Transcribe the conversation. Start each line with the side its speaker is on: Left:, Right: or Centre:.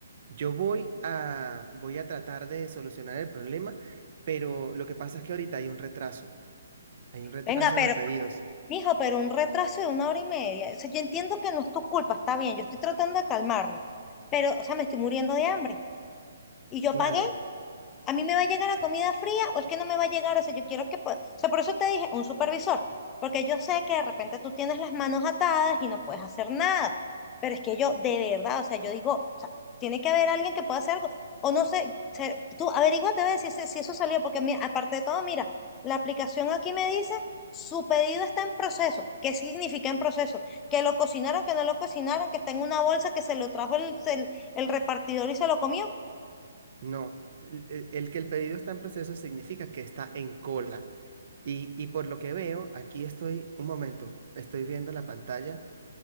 Right: Yo voy a, voy a tratar de solucionar el problema, pero lo que pasa es que ahorita hay un retraso. Hay un retraso
Left: Venga, pero,
Right: en los pedidos.
Left: mijo, pero un retraso de una hora y media. O sea, yo entiendo que no es tu culpa, está bien, yo estoy tratando de calmarme. Pero, o sea, me estoy muriendo de hambre. Y yo
Right: Claro.
Left: pagué, ¿A mí me va a llegar la comida fría o es que no me va a llegar? O sea, yo quiero que... pue- O sea, por eso te dije, un supervisor, porque yo sé que de repente tú tienes las manos atadas y no puedes hacer nada, pero es que yo, de verdad, o sea, yo digo, o sea, tiene que haber alguien que pueda hacer algo, o no sé, se- tú averíguate a ver si, ese- si eso salió, porque a aparte de todo, mira, la aplicación aquí me dice, su pedido está en proceso. ¿Qué significa en proceso? Que lo cocinaron, que no lo cocinaron, que está en una bolsa, que se lo trajo el, el el repartidor y se lo comió.
Right: No, el, el- el que el pedido está en proceso significa que está en cola. Y, y por lo que veo, aquí estoy, un momento, estoy viendo la pantalla,